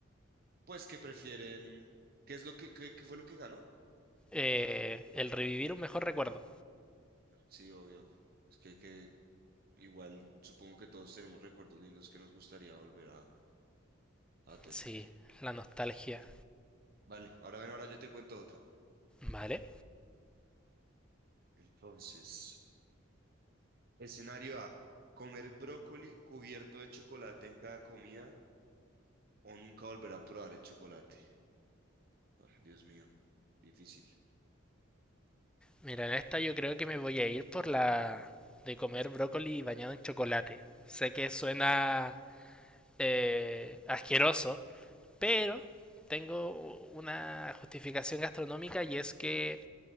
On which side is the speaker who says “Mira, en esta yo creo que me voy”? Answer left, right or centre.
Centre